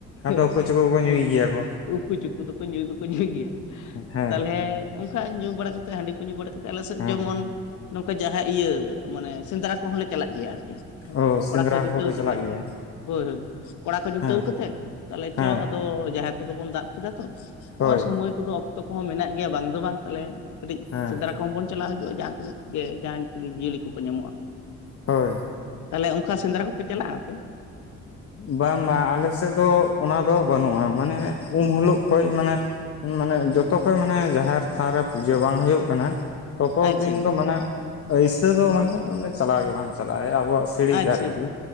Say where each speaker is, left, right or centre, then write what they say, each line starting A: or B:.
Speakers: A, on the left; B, on the left.
A: ᱟᱫᱚ
B: ᱦᱮᱸ
A: ᱚᱠᱚᱭ ᱪᱚᱠᱚ ᱠᱚ
B: ᱦᱮᱸ
A: ᱧᱩᱭ ᱜᱮᱭᱟ ᱠᱚ
B: <unintelligible> ᱩᱠᱩ ᱪᱩᱠᱩ ᱫᱚᱠᱚ ᱧᱩᱭ ᱫᱚᱠᱚ ᱧᱩᱭ ᱜᱮᱭᱟ
A: ᱦᱮᱸ
B: ᱛᱟᱞᱦᱮ ᱚᱱᱠᱟ ᱧᱩ ᱵᱟᱲᱟ ᱠᱟᱛᱮ ᱦᱟᱺᱰᱤ ᱠᱚ ᱧᱩ ᱵᱟᱲᱟ᱾ <unintelligible> ᱟᱞᱮ ᱥᱮᱫ
A: ᱦᱮᱸ
B: ᱡᱮᱢᱚᱱ ᱱᱚᱝᱠᱟ ᱡᱟᱦᱟᱸ ᱤᱭᱟᱹ ᱢᱟᱱᱮ ᱥᱮᱸᱫᱽᱨᱟ ᱠᱚᱦᱚᱸ ᱞᱮ ᱪᱟᱞᱟᱜ ᱜᱮᱭᱟ ᱟᱨᱠᱤ
A: ᱚ ᱥᱮᱸᱫᱽᱨᱟ
B: ᱠᱚᱲᱟ ᱠᱚ ᱡᱩᱴᱟᱹᱣ
A: ᱠᱚᱦᱚᱸ ᱯᱮ
B: ᱠᱟᱛᱮᱫ
A: ᱪᱟᱞᱟᱜ ᱜᱮᱭᱟ
B: ᱦᱳᱭ ᱦᱳᱭ ᱠᱚᱲᱟ ᱠᱚ ᱡᱩᱴᱟᱹᱣ
A: ᱦᱮᱸ
B: ᱠᱟᱛᱮᱫ ᱛᱟᱦᱚᱞᱮ
A: ᱦᱮᱸ
B: ᱪᱚ ᱟᱫᱚ ᱡᱟᱦᱮᱨ᱾ <unintelligible> ᱫᱚ ᱵᱚᱱ ᱫᱟᱵ ᱠᱮᱫᱟ ᱛᱚ ᱱᱚᱜ-ᱚᱭ
A: ᱦᱳᱭ
B: ᱥᱚᱢᱚᱭ ᱠᱚᱫᱚ ᱚᱠᱛᱚ ᱠᱚᱦᱚᱸ ᱢᱮᱱᱟᱜ ᱜᱮᱭᱟ ᱵᱟᱝ ᱫᱚ ᱵᱟᱝ ᱛᱟᱦᱚᱞᱮ᱾ ᱠᱟᱹᱴᱤᱡ
A: ᱦᱮᱸ
B: ᱥᱮᱸᱫᱽᱨᱟ ᱠᱚᱦᱚᱸ ᱵᱚᱱ ᱪᱟᱞᱟᱣ ᱦᱤᱡᱩᱜᱼᱟ ᱡᱟᱦᱟᱸ ᱛᱤᱱᱟᱹᱜ ᱜᱮ ᱡᱟᱦᱟᱱ <unintelligible> ᱡᱤᱭᱟᱹᱞᱤ ᱠᱚᱠᱚ ᱧᱟᱢᱚᱜᱼᱟ᱾
A: ᱦᱳᱭ
B: ᱛᱟᱦᱚᱞᱮ ᱚᱱᱠᱟ ᱥᱮᱸᱫᱽᱨᱟ ᱠᱚᱯᱮ ᱪᱟᱞᱟᱜᱼᱟ ᱟᱯᱮ᱾
A: ᱵᱟᱝ ᱵᱟᱝ ᱟᱞᱮ ᱥᱮᱫ ᱫᱚ ᱚᱱᱟ ᱫᱚ ᱵᱟᱹᱱᱩᱜᱼᱟ ᱢᱟᱱᱮ ᱩᱢ ᱦᱤᱞᱳᱜ ᱠᱷᱚᱡ ᱢᱟᱱᱮ᱾ ᱢᱟᱱᱮ ᱡᱚᱛᱚ ᱠᱷᱚᱡ ᱢᱟᱱᱮ ᱡᱟᱦᱮᱨ ᱛᱷᱟᱱ ᱨᱮ ᱯᱩᱡᱟᱹ ᱵᱟᱝ ᱦᱩᱭᱩᱜ ᱠᱟᱱᱟ᱾ ᱛᱚᱛᱚ
B: ᱟᱪᱪᱷᱟ
A: ᱫᱤᱱ ᱫᱚ ᱢᱟᱱᱮ ᱟᱹᱭᱥᱟᱹ ᱫᱚ ᱢᱟᱱᱮ ᱪᱟᱞᱟᱣ ᱜᱮ ᱵᱟᱝ ᱪᱟᱞᱟᱜᱼᱟ ᱟᱵᱚᱣᱟᱜ ᱥᱤᱬᱤᱡ
B: ᱟᱪᱪᱷᱟ
A: ᱟᱨᱠᱤ
B: ᱟᱪᱪᱷᱟ